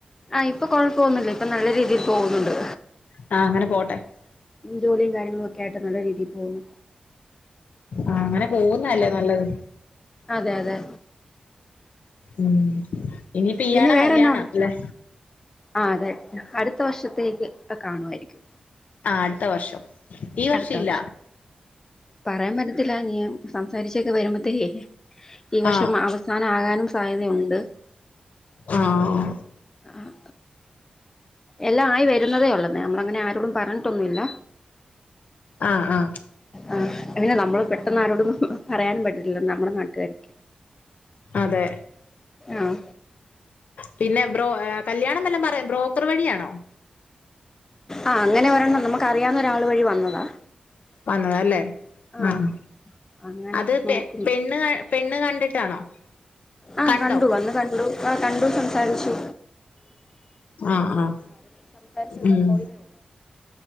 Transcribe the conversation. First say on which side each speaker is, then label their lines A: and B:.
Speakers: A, on the left; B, on the left.
A: ആഹ് ഇപ്പൊ കൊഴപ്പൊന്നുല്ല ഇപ്പൊ നല്ല രീതിയിൽ പോകുന്നുണ്ട്.
B: ആ അങ്ങനെ പോട്ടെ
A: ജോലിയും കാര്യങ്ങളും ഒക്കെ ആയിട്ട് നല്ല രീതിയിൽ പോകുന്നു.
B: ആഹ് അങ്ങനെ പോവുന്നേ അല്ലേ നല്ലത്.
A: അതെ അതെ
B: ഉം ഇനിയിപ്പോ ഇയാടെ
A: പിന്നെ വേറെ
B: കല്യാണാ
A: എന്നാ ഒണ്ട്
B: അല്ലെ
A: അതെ അടുത്ത വർഷത്തേക്ക് കാണുമായിരിക്കും
B: ആഹ് അടുത്ത വർഷം ഈ
A: അടുത്ത
B: ഇല്ല
A: വർഷം പറയാൻ പറ്റത്തില്ല ഇനിയും സംസാരിച്ചൊക്കെ വരുമ്പോത്തേക്ക് ഈ വർഷം
B: ആ
A: അവസാന ആകാനും സാധ്യതുണ്ട്
B: ആഹ്
A: ആഹ് എല്ലാം ആയി വരുന്നതേ ഉള്ളന്നേ നമ്മളങ്ങനെ ആരോടും പറഞ്ഞിട്ടൊന്നും ഇല്ല.
B: ആഹ് ആഹ്
A: ആഹ് പിന്നെ നമ്മള് പെട്ടെന്ന് ആരോടൊന്നും പറയാനും പറ്റിലല്ലോ നമ്മുടെ നാട്ടുകാര്
B: അതെ
A: ആഹ്
B: പിന്നെ ബ്രോ കല്യാണം വല്ലോം പറയ ബ്രോക്കർ വഴിയാണോ
A: ആഹ് അങ്ങനെ ഒരെണ്ണം നമുക്ക് അറിയാവുന്ന ഒരാൾ വഴി വന്നതാ
B: വന്നതല്ലേ
A: ആ
B: ആഹ്
A: അങ്ങനെ
B: അത്
A: നോക്കുന്നു
B: പെ പെണ് പെണ് കണ്ടിട്ടാണോ
A: ആ
B: കണ്ടോ
A: കണ്ടു വന്ന് കണ്ടു ആ കണ്ടു സംസാരിച്ചു
B: ആ ഹ്ആഹ്
A: അവര് സംസാരിച്ചെല്ലാം
B: ഉം
A: പോയതേ ഉള്ളൂ